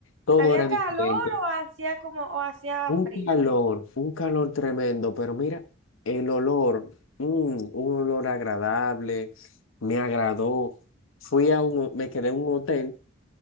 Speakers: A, on the left; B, on the right.
A: Todo
B: ¿Había
A: era diferente.
B: calor o hacía como, o hacía
A: Un
B: frío?
A: calor, un calor tremendo, pero mira, el olor, mm, un olor agradable, me agradó. Fui a un, ho- me quedé en un hotel,